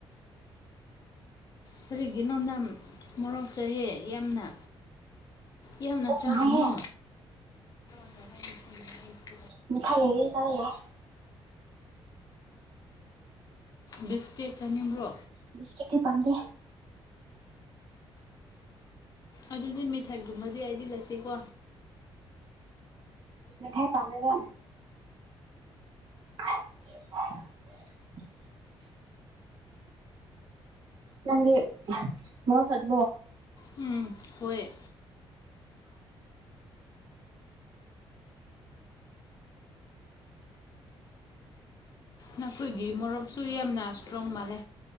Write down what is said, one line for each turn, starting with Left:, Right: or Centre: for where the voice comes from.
Left: ꯀꯔꯤꯒꯤꯅꯣ ꯅꯪ ꯃꯣꯔꯣꯛ ꯆꯑꯦ ꯌꯥꯝꯅ ꯌꯥꯝꯅ
Right: ꯄꯨꯛ
Left: ꯆꯥꯎꯕꯅꯣ
Right: ꯅꯥꯏꯍꯦ
Left: <unintelligible>
Right: ꯃꯤꯊꯥꯏ ꯂꯩꯩꯔꯤ ꯆꯕ ꯌꯥꯏ
Left: ꯕꯤꯁꯀꯤꯦꯠ ꯆꯥꯅꯤꯡꯕ꯭ꯔꯣ
Right: ꯕꯤꯁꯀꯤꯠ ꯈꯤꯗꯪꯒ
Left: ꯑꯗꯨꯗꯤ ꯃꯦꯊꯥꯏꯒꯨꯝꯕꯗꯤ ꯑꯩꯗꯤ ꯂꯩꯇꯦꯀꯣ
Right: ꯃꯤ ꯊꯥꯏ ꯄꯝꯃꯦꯕꯥ <unintelligible> ꯅꯪꯒꯤ ꯃꯣꯔꯣꯛ ꯁꯗꯕꯣ
Left: ꯎꯝ ꯍꯣꯏ ꯅꯈꯣꯏꯒꯤ ꯃꯣꯔꯣꯛꯁꯨ ꯌꯥꯝꯅ ꯏꯁꯇ꯭ꯔꯣꯡ ꯃꯥꯜꯂꯦ